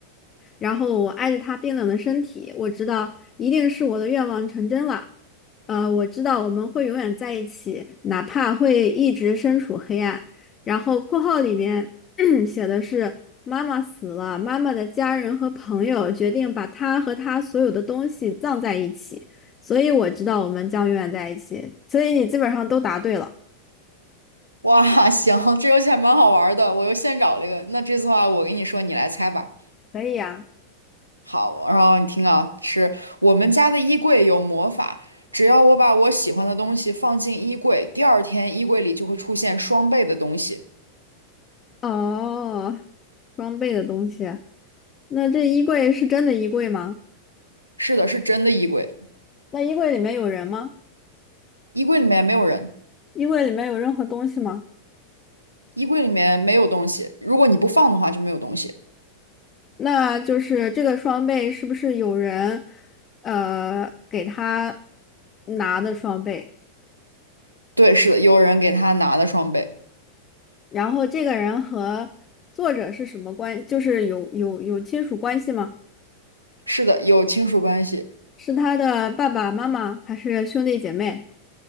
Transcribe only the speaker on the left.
然后我挨着他冰冷的身体，我知道一定是我的愿望成真了。呃，我知道我们会永远在一起，哪怕会一直身处黑暗。然后括号里面 <clears throat> 写的是妈妈死了，妈妈的家人和朋友决定把她和她所有的东西葬在一起，所以我知道我们将永远在一起。所以你基本上都答对了，
可以啊。
哦，装备的东西，那这衣柜是真的衣柜吗？
那衣柜里面有人吗？
衣柜里面有任何东西吗？
那就是这个双倍是不是有人，呃，给他拿的双倍？
然后这个人和作者是什么关？就是有有有亲属关系吗？
是他的爸爸妈妈还是兄弟姐妹？